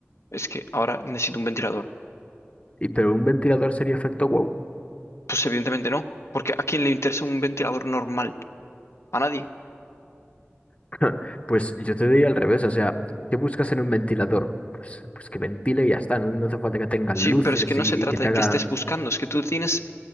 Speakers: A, on the left; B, on the left.
A: es que ahora necesito un ventilador.
B: Y pero un ventilador sería efecto wow.
A: Pues evidentemente no, porque ¿a quién le interesa un ventilador normal? A nadie.
B: <laughs> Pues yo te diría al revés, o sea, ¿qué buscas en un ventilador? Pues, pues que ventile y ya está, no, no hace falta que tenga
A: Sí,
B: luces
A: pero es que no
B: y,
A: se trata
B: y que te
A: de
B: haga...
A: que estés buscando, es que tú tienes